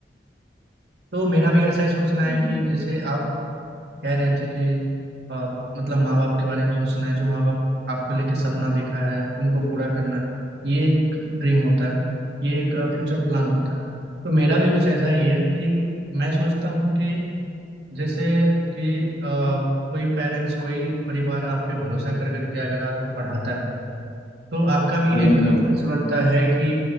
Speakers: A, on the right; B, on the left.
A: तो मेरा भी ऐसा ही सोचना
B: हम्म
A: है कि जैसे आप कह रहे थे कि अ, मतलब माँ बाप के बारे में सोचना है जो माँ बाप आपको लेके सपना देखा है उनको पूरा करना है ये एक ड्रीम होता है ये एक फ्यूचर प्लान होता है तो मेरा भी कुछ ऐसा ही है कि मैं सोचता हूँ कि जैसे कि अ, कोई पेरेंट्स कोई परिवार आप पे भरोसा कर करके अगर आपको पढ़ाता है तो आपका भी
B: हम्म,
A: एक
B: हम्म,
A: फर्ज बनता है कि